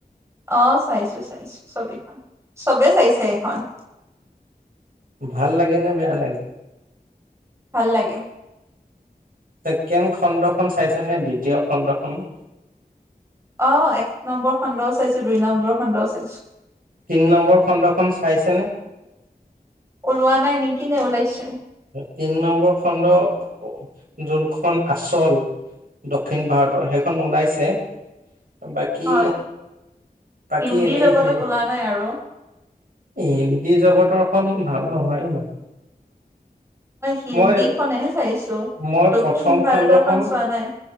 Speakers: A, on the right (about 15°); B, on the right (about 60°).
A: অ চাইছো চাইছো ছবিখন চবে চাইছে এইখন <inaudible>
B: ভাল লাগে নে বেয়া লাগে <inaudible>
A: ভাল লাগে <inaudible>
B: ছেকেণ্ড খণ্ডখন চাইছে নে দ্বিতীয় খণ্ডখন <inaudible>
A: অ এক নম্বৰ খণ্ডও চাইছো দুই নম্বৰৰ খডও চাইছো <inaudible>
B: তিনি নম্বৰ খণ্ডখন চাইছেনে <inaudible>
A: ৰোৱা নাই নেকি নে ওলাইছে
B: তিনি নম্বৰ খণ্ড <inaudible> যোনখন আচল দক্ষিণ ভাৰতৰ সেইখন ওলাইছে <inaudible> বাকী
A: হয়
B: বাকী
A: হিন্দী
B: এনেই
A: জগতত
B: হেৰি
A: ওলা নাই আৰু
B: হিন্দী জগতৰ ভাল হয় ন
A: হিন্দীখনেহে
B: মই
A: চাইছো।
B: মই
A: দক্ষিণ
B: প্ৰথম
A: ভাৰতৰখন
B: খণ্ডখন
A: চোৱা নাই।